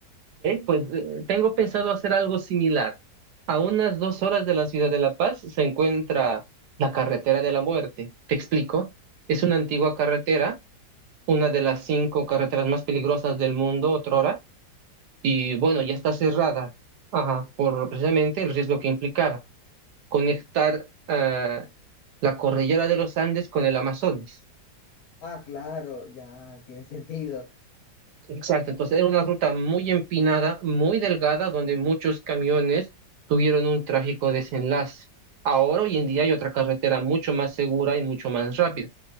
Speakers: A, on the right; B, on the left.
A: pues eh, tengo pensado hacer algo similar. A unas dos horas de la ciudad de La Paz se encuentra la carretera de la muerte. Te explico. Es una antigua carretera, una de las cinco carreteras más peligrosas del mundo, otrora, y bueno, ya está cerrada, ajá, por precisamente el riesgo que implicaba. conectar ah, la cordillera de los Andes con el Amazonas.
B: Ah, claro, ya tiene sentido.
A: Exacto, entonces era una ruta muy empinada, muy delgada, donde muchos camiones tuvieron un trágico desenlace. Ahora, hoy en día, hay otra carretera mucho más segura y mucho más rápida,